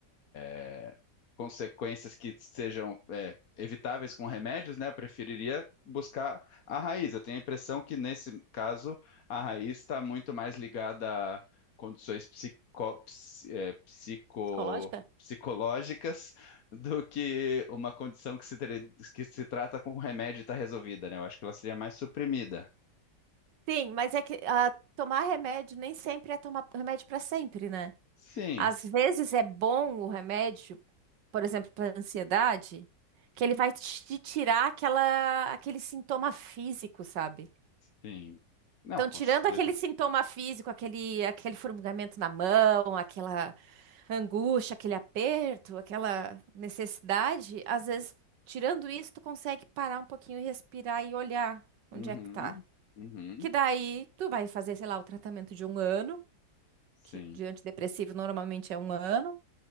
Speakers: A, on the left (about 55°); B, on the right (about 75°).
A: é, consequências que sejam é, evitáveis com remédios, né? Eu preferiria buscar a raiz. Eu tenho a impressão que, nesse caso, a raiz está muito mais ligada a condições psico- ps- é, psico-
B: Psicológica?
A: psicológicas do que uma condição que se, tre- que se trata com remédio e está resolvida, né? Eu acho que ela seria mais suprimida.
B: Sim, mas é que ah, tomar remédio nem sempre é tomar remédio para sempre, né?
A: Sim,
B: Às vezes é bom o remédio, por exemplo, para ansiedade, que ele vai te tirar aquela, aquele sintoma físico, sabe?
A: sim. Não,
B: Então,
A: com
B: tirando
A: certeza.
B: aquele sintoma físico, aquele, aquele formigamento na mão, aquela angústia, aquele aperto, aquela necessidade, às vezes, tirando isso, tu consegue parar um pouquinho, respirar e olhar onde
A: Uhum,
B: é que tá.
A: uhum,
B: Que daí tu vai fazer, sei lá, o tratamento de um ano,
A: sim,
B: que de antidepressivo normalmente é um ano,